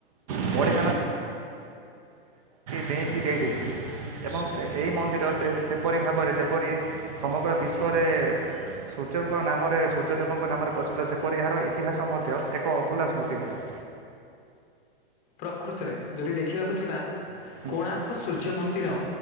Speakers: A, on the right; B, on the left.
A: <inaudible> କଁ କି ଡ଼େଇଁକି ଦେଇ ଦେଇଥିଲେ। ଏଇ ମନ୍ଦିର ତ ସେପରି ଭାବରେ ଯେପରି ସମଗ୍ର ବିଶ୍ୱରେ ସୂର୍ଯ୍ୟଙ୍କ ନାମରେ ସୂର୍ଯ୍ୟଦେବଙ୍କ ନାମରେ ପ୍ରସିଦ୍ଧ ସେପରି ଏହାର ଇତିହାସ ମଧ୍ୟ ଏକ ଅଭୁଲା ସ୍ମୃତି ଭଳିଆ।
B: ପ୍ରକୃତରେ ଯଦି ଦେଖିବାକୁ ଯିବା
A: ହୁଁ,
B: କୋଣାର୍କ ସୂର୍ଯ୍ୟ ମନ୍ଦିର
A: ହୁଁ,